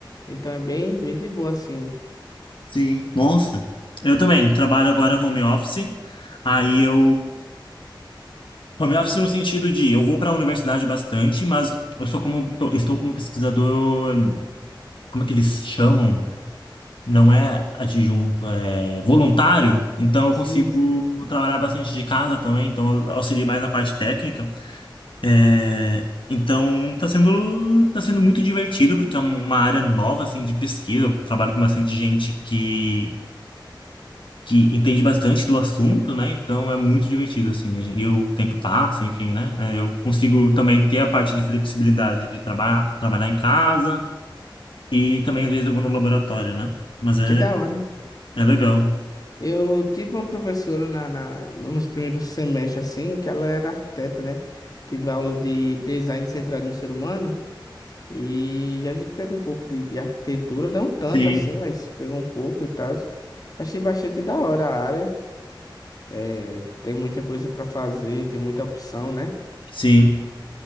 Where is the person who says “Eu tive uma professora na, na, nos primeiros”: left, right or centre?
Left